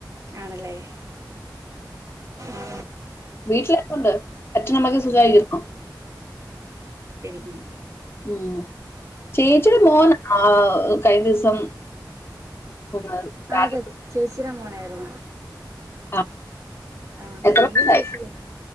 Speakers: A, on the right; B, on the left.
A: ആണല്ലേ ആ
B: വീട്ടിലെക്കുണ്ട് അച്ഛനും അമ്മയ്ക്കും സുഖമായിട്ടു ഇരിക്കുന്നോ
A: പിന്നെ
B: ഉം ചേച്ചിടൊരു മോന് ആ ആ കഴിഞ്ഞ ദിവസം ഉം, സ്റ്റാറ്റസ്
A: അ അതെ ചേച്ചിട മോനാ അ
B: ആ,
A: ആ
B: എത്ര
A: സ്വന്തം
B: വയസ്സായി
A: ചേച്ചി